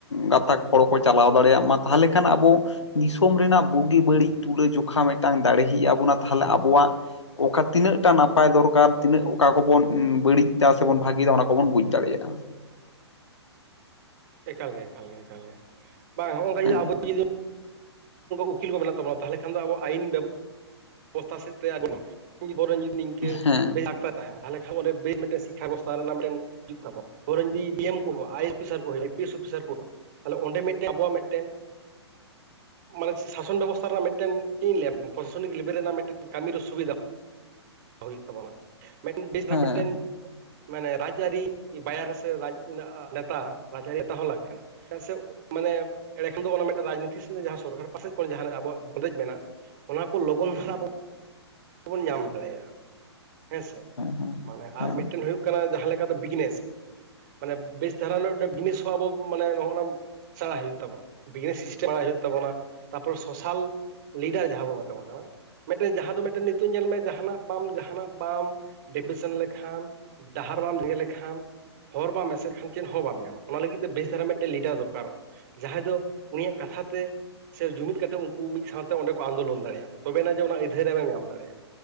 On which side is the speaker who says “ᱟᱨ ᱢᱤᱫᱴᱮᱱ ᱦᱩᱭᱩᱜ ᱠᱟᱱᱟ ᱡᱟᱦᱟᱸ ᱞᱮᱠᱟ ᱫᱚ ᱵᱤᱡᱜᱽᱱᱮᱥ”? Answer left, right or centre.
Right